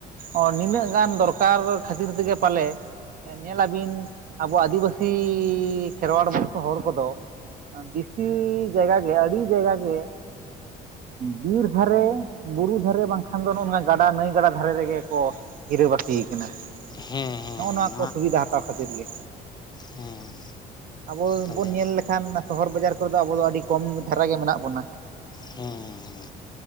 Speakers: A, on the right; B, on the left.
A: ᱚ ᱱᱤᱱᱟᱹᱜ ᱜᱟᱱ ᱫᱚᱨᱠᱟᱨ ᱠᱷᱟᱛᱤᱨ ᱛᱮᱜᱮ ᱯᱟᱞᱮ ᱧᱮᱞ ᱟᱵᱤᱱ ᱟᱵᱚ ᱟᱹᱫᱤᱵᱟᱹᱥᱤ ᱠᱷᱮᱨᱣᱟᱲ ᱵᱚᱸᱝᱥᱚ ᱦᱚᱲ ᱠᱚᱫᱚ ᱵᱤᱥᱤ ᱡᱟᱭᱜᱟ ᱜᱮ ᱟᱹᱰᱤ ᱡᱟᱭᱜᱟ ᱜᱮ ᱵᱤᱨ ᱫᱷᱟᱨᱮ ᱵᱩᱨᱩ ᱫᱷᱟᱨᱮ ᱵᱟᱝᱠᱷᱟᱱ ᱫᱚ ᱱᱚ ᱱᱚᱝᱠᱟ ᱜᱟᱰᱟ ᱱᱟᱹᱭ ᱜᱟᱰᱟ ᱫᱷᱟᱨᱮ ᱨᱮᱜᱮ ᱠᱚ ᱜᱤᱨᱟᱹᱵᱟᱹᱥᱤ ᱠᱟᱱᱟ
B: ᱦᱮᱸ ᱦᱮᱸ
A: ᱱᱚᱜ ᱱᱚᱣᱟ ᱠᱚ ᱥᱩᱵᱤᱫᱷᱟ ᱦᱟᱛᱟᱣ ᱠᱷᱟᱛᱤᱨ ᱜᱮ
B: ᱦᱮᱸ
A: ᱟᱵᱚ
B: ᱛᱟᱦᱚᱞᱮ
A: ᱵᱚᱱ ᱧᱮᱞ ᱞᱮᱠᱷᱟᱱ ᱥᱚᱦᱚᱨ ᱵᱟᱡᱟᱨ ᱠᱚᱨᱮ ᱫᱚ ᱟᱵᱚ ᱫᱚ ᱟᱹᱰᱤ ᱠᱚᱢ ᱫᱷᱟᱨᱟ ᱜᱮ ᱢᱮᱱᱟᱜ ᱵᱚᱱᱟ
B: ᱦᱩᱸᱻᱻᱻᱻ